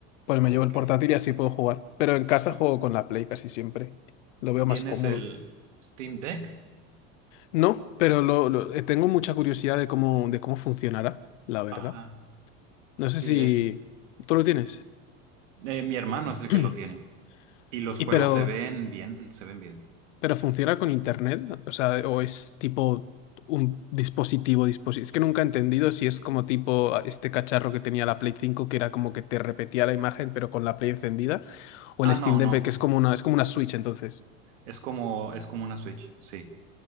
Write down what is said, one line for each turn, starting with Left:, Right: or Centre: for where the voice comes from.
Left: pues
Right: Oh,
Left: me llevo el
Right: qué
Left: portátil
Right: bien.
Left: y así puedo jugar, pero en casa juego con la Play casi siempre, lo veo más
Right: ¿Tienes
Left: cómodo.
Right: el Steam Deck?
Left: No, pero lo, lo- eh, tengo mucha curiosidad de cómo, de cómo funcionará, la verdad.
Right: Ajá.
Left: No
Right: Sí,
Left: sé si
Right: es...
Left: tú lo tienes.
Right: eh, mi hermano es el
Left: <clears throat>
Right: que lo tiene. Y los
Left: Y
Right: juegos
Left: pero,
Right: se ven bien, se ven bien.
Left: ¿Pero funciona con internet? O sea, ¿o es tipo un dispositivo, dispositivo? Es que nunca he entendido si es como tipo a- este cacharro que tenía la Play cinco que era como que te repetía la imagen pero con la Play encendida o
Right: Ah,
Left: el Steam
Right: no,
Left: Deck
Right: no.
Left: que es como una es como una Switch entonces.
Right: Es como, es como una Switch, sí.